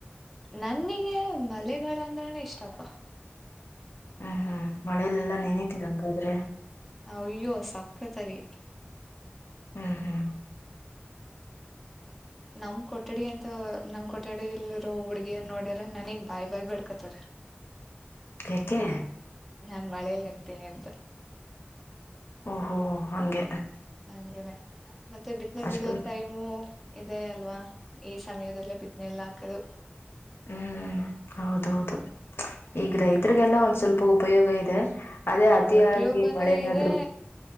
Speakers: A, in the centre; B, on the left (about 70°).
A: ನನಿಗೆ ಮಲೆಗಾಾಲ ಅಂದ್ರನ ಇಷ್ಟಪ್ಪ
B: ಹ್ಮ್ ಹ್ಮ್ ಮಳೆಯಲ್ಲೆಲ್ಲಾ ನೆನತಿೀರಂಗಾದ್ರೆ
A: ಅಯ್ಯೋ ಸಕ್ಕತ್ತಾಗಿ
B: ಹ್ಮ್ ಹ್ಮ್
A: ನಮ್ ಕೊಠಡಿ ಅಂತ ನಮ್ ಕೊಠಡಿ ಎಲ್ಲಿರೋ ಹುಡ್ಗಿಯರು ನೋಡ್ಯಾರ ನನಗ್ ಬಾಯಿ ಬಾಯ್ ಬೆಳ್ಕತಾರ
B: ಕೆಕ್ಕೆೆ
A: ನಾನ್ ಮಳೇೆಯಲ್ಲಿ ನಿನ್ತೀನಿ ಅಂತ
B: ಓಹೋ ಹಂಗೆ
A: ಹಂಗೇನೆ ಮತ್ತೆ ಬಿತ್ನೆ ಬಿೀಡೋ
B: ಅಷ್ಟು
A: ಟೈಮು ಇದೇ ಅಲ್ವಾ ಈ ಸಮಯದಲ್ಲೇ ಬಿದ್ದನೆಲ್ಲ ಹಾಕದು
B: ಹ್ಮ್ ಹೌದೌದು ಈಗ ರೈತರಿಗೆಲ್ಲ ಒಂದ್ ಸ್ವಲ್ಪ ಉಪಯೋಗ ಇದೆ ಅದೇ
A: ಹಾ
B: ಅತಿಯಾಗಿ
A: ಉಪಯೋಗನೂ
B: ಮಳೆನಾದ್ರು
A: ಇದೆ